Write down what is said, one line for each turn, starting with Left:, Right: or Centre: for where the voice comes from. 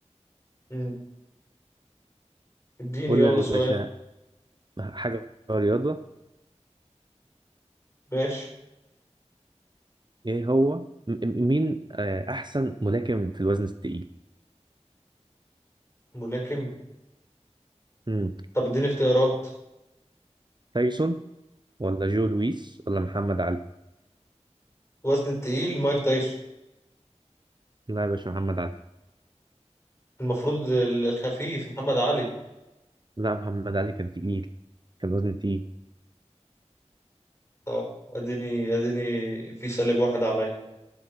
Left: مم. اديني
Right: قول
Left: يلا
Right: لي يا
Left: سؤال
Right: باشا حاجه رياضه
Left: ماشي
Right: ايه هو م- م- مين آه، احسن ملاكم في الوزن الثقيل
Left: ملاكم
Right: مم.
Left: طب اديني اختيارات
Right: تايسون ولا جو لويس ولا محمد علي
Left: وزن التقيل مايك تايسون
Right: لا يا باشا محمد علي
Left: المفروض الخفيف محمد علي
Right: لا محمد علي كان تقيل كان وزن تقيل
Left: طب اديني اديني في سالب واحد عليا